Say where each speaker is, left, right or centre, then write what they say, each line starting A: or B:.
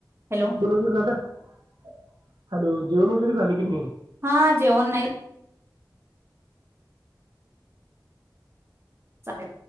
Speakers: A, on the right; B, on the right.
A: हॅलो
B: बाकी बो चर ग <unintelligible> हॅलो जेवण वगैरे झालं की नाही.
A: हा जेवण नाही. चले